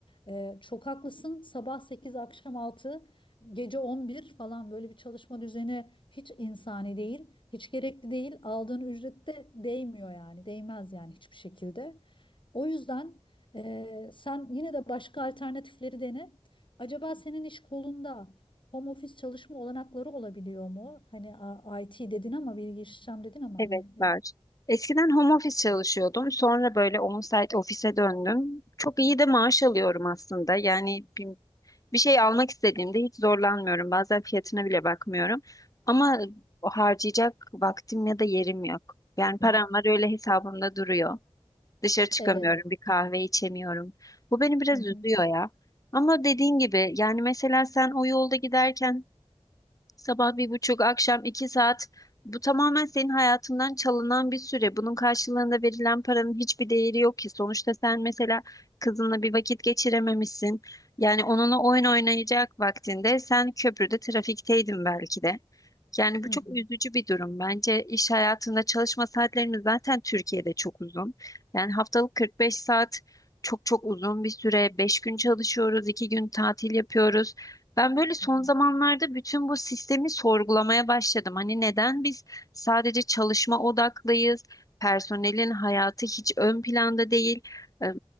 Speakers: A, on the left; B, on the left.
A: Ee, çok haklısın. Sabah 8, akşam 6, gece 11 falan böyle bir çalışma düzeni hiç insani değil, hiç gerekli değil. Aldığın ücret de değmiyor yani, değmez yani hiçbir şekilde. O yüzden e, sen yine de başka alternatifleri dene. Acaba senin iş kolunda home office çalışma olanakları olabiliyor mu? Hani a- IT dedin ama bilgi işlem dedin ama
B: Evet
A: hani
B: Evet, var. Eskiden home office çalışıyordum. Sonra böyle on saat ofise döndüm. Çok iyi de maaş alıyorum aslında. Yani bir- Bir şey almak istediğimde hiç zorlanmıyorum. Bazen fiyatına bile bakmıyorum. Ama o harcayacak vaktim ya da yerim yok. Yani param
A: e,
B: var öyle hesabımda duruyor. Dışarı çıkamıyorum,
A: evet.
B: bir kahve içemiyorum. Bu beni biraz
A: Hı hı.
B: üzüyor ya. Ama dediğin gibi yani mesela sen o yolda giderken Sabah bir buçuk, akşam iki saat. Bu tamamen senin hayatından çalınan bir süre. Bunun karşılığında verilen paranın hiçbir değeri yok ki. Sonuçta sen mesela kızınla bir vakit geçirememişsin. Yani onunla oyun oynayacak vaktinde sen köprüde trafikteydin belki de. Yani bu
A: Hı
B: çok
A: hı.
B: üzücü bir durum. Bence iş hayatında çalışma saatlerimiz zaten Türkiye'de çok uzun. Yani haftalık 45 saat çok çok uzun bir süre. 5 gün çalışıyoruz, 2 gün tatil yapıyoruz. Ben böyle son
A: Hı hı.
B: zamanlarda bütün bu sistemi sorgulamaya başladım. Hani neden biz sadece çalışma odaklıyız, personelin hayatı hiç ön planda değil. Ee,